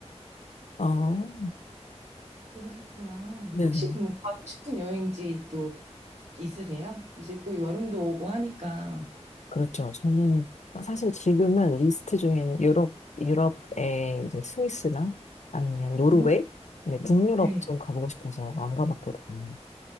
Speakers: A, on the left; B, on the right.
A: 아,
B: 그러셨구나.
A: 네네.
B: 혹시 그럼 가고 싶은 여행지 또 있으세요? 이제 또 여름도 오고 하니까.
A: 그렇죠. 저는 사실 지금은 리스트 중에는 유럽, 유럽의 이제 스위스나 아니면 노르웨이?
B: 오,
A: 네, 북유럽
B: 네.
A: 좀 가보고 싶어서 안 가봤거든요.